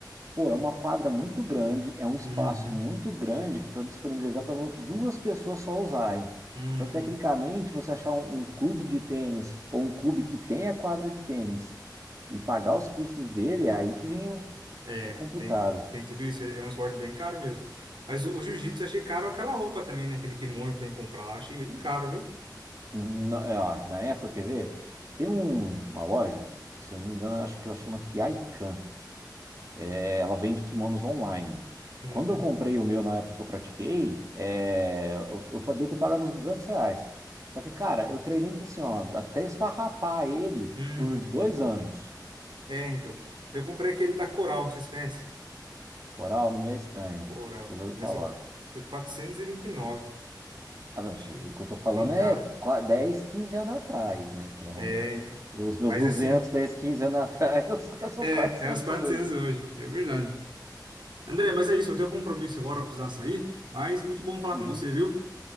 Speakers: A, on the right; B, on the right.
A: Pô, é uma quadra muito grande, é um espaço
B: Uhum,
A: muito grande que para disponibilizar para duas pessoas só usarem.
B: uhum.
A: Então, tecnicamente, você achar um, um clube de tênis ou um clube que tenha quadra de tênis e pagar os custos dele, é aí que vem o
B: É,
A: o complicado.
B: tem, tem tudo isso. É um esporte bem caro mesmo. Mas o, o jiu-jitsu eu achei caro aquela roupa também, né? Aquele kimono que tem que comprar lá. eu Achei bem caro, viu?
A: Na, é, ó, na época, quer ver? Tem um- uma loja, se eu não me engano, acho que ela chama Kiaikan. É, ela vende kimonos online.
B: Uhum,
A: Quando eu comprei o meu na época que eu pratiquei, é, eu, eu devo ter pago uns 200 reais. Só que, cara, eu treinei assim, ó, até esfarrapar ele
B: uhum.
A: por dois anos.
B: É, então. Eu comprei aquele da Coral, não sei se você conhece.
A: Coral não me é estranho.
B: Oral.
A: Acho que eu já ouvi
B: Mas
A: falar.
B: foi 429.
A: Ah, não,
B: Achei
A: o o que eu tô falando
B: bem caro.
A: é qua- 10, 15 anos atrás, né? Então,
B: É, então.
A: os meus
B: Mas
A: 200
B: assim,
A: 10 15 anos atrás, <laughs> os seus
B: é,
A: 400
B: é os 400
A: hoje.
B: hoje. É verdade. André, mas é isso. Eu tenho um compromisso agora, eu precisar sair. Mas muito bom falar
A: Uhum.
B: com você, viu?